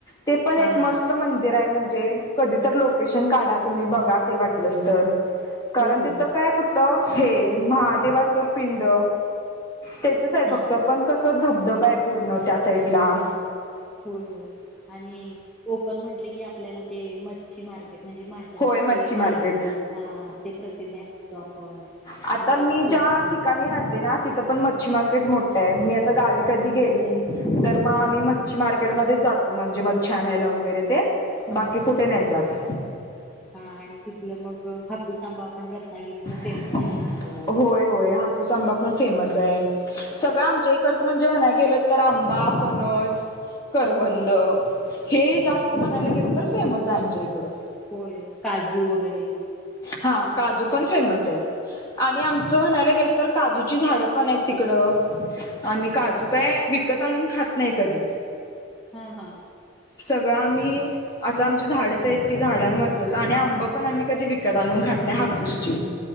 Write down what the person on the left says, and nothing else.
ते पण एक
मस्त
मंदिर आहे म्हणजे कधी तर लोकेशन काढा तुम्ही बघा ते वाटलच तर कारण
तिथं
काय फक्त त हे महादेवाचं पिंड तेचच आहे
फक्त. पण कस धबधबा आहे पूर्ण त्या साईटला.
होय मच्छी
मार्केट
आता
मी
ज्या ठिकाणी राहते ना तिथं पण मच्छी मार्केट मोट्ट आहे. मी आता गावी कधी गेली तर म आम्ही
म च्छी मार्केट मध्ये जातो, म्हणजे मग मच्छी आनायला वगैरे ते
बाकी
कुठे
नाही जात.
होय,
होय हापूस आंबा पण फेमस आहे. सगळं आमच्या इकडचं म्हणजे म्हणाय गेलो तर आंबा, फणस. करवंद हे जास्त म्हणायला गेल तर फेमस आहे आमच्या इकडं.
हा काजू पण फेमस आहेत. आणि आमचं
म्हणायला गेल तर, काजूची झाडं पण आहेत तिकडं. आम्ही काजू काय विकत आणून खात नाही कधी.
सगळं आम्ही. असं आमचे झाडच आहेत ते झाडांवरचच, आणि आंब पण आम्ही कधी विकत आणून खात नाही हापूसची.